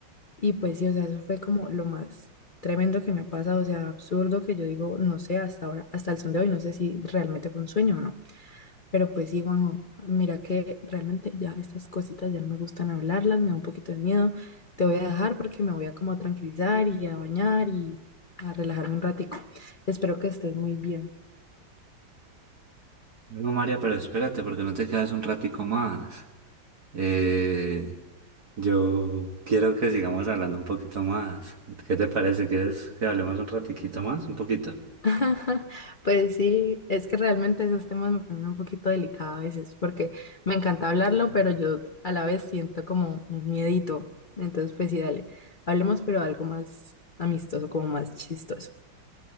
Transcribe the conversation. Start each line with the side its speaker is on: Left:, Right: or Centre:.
Left: Y pues sí, o sea, eso fue como lo más tremendo que me ha pasado, o sea, absurdo que yo digo, no sé, hasta ahora, hasta el son de hoy, no sé si realmente fue un sueño o no. Pero pues sí, Juanjo, mira que realmente ya estas cositas ya no me gustan hablarlas, me da un poquito de miedo. Te voy a dejar porque me voy a como a tranquilizar y a bañar y a relajarme un ratico. Espero que estés muy bien.
Right: No, María, pero espérate, porque no te quedas un ratico más. Eh, yo quiero que sigamos hablando un poquito más. ¿Qué te parece? ¿Quieres que hablemos un ratiquito más? Un poquito.
Left: <laughs> Pues sí, es que realmente esos temas me ponen un poquito delicada a veces porque me encanta hablarlo, pero yo a la vez siento como un miedito. Entonces, pues sí, dale, hablemos pero algo más amistoso, como más chistoso.